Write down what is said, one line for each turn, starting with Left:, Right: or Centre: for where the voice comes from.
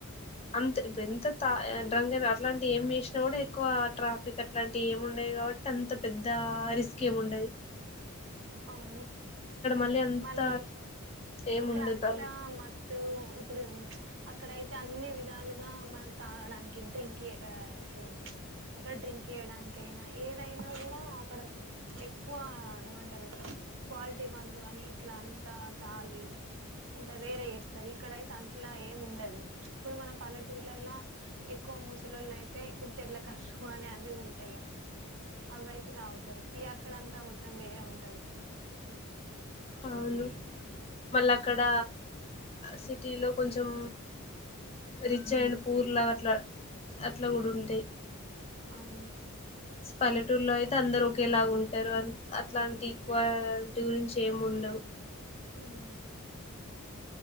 Left: అంత ఇప్పుడు ఎంత తాగి డ్రంక్ అట్లాంటియి ఏం చేసినా కూడా ఎక్కువ ట్రాఫిక్ అట్లాంటియి ఏమిండ డయి కాబట్టి అంత పెద్ద రిస్క్ ఏముండది
Right: అవును
Left: మళ్ళీ అంత
Right: మళ్ళీ
Left: ఏమి
Right: ఇక్కడ
Left: ఉండదు
Right: అంతా మత్తు ఇప్పుడు అక్కడయితే అన్ని విధాలుగా మనకు తాగడానికి డ్రింక్ ఆ ఇప్పుడు అక్కడ డ్రింక్ చేయడానికైనా ఏదైనా కూడా అక్కడ ఎక్కువ ఏమంటరు క్వాలిటీ మందు అ అని ఇట్లా అంతా తాగి అంటే వేరే చేస్తరు ఇక్కడయితే అట్లా ఏం ఉండదు ఇప్పుడు మన పల్లెటూర్లల్ల ఎక్కువ మూసలోళ్ళు అయితే ఇప్పుడు తెల్లకళ్ళు అని అవ్వివ్వి ఉంటయిగా అవి అయితే తాగుతరు ఇగ అక్కడంత మొత్తం వేరే ఉంటది
Left: అవును మళ్ళక్కడ సిటీ లో కొంచం రిచ్ అయిండ్ పూర్ లాగా అట్లా అట్లా కూడ ఉంటేయి
Right: అవును
Left: పల్లెటూరులో అయితే అందరు ఒకేలాగా ఉంటారు అట్లాంటి ఈక్వాలిటి గురించి ఏమిండ ఉండవు
Right: హ్మ్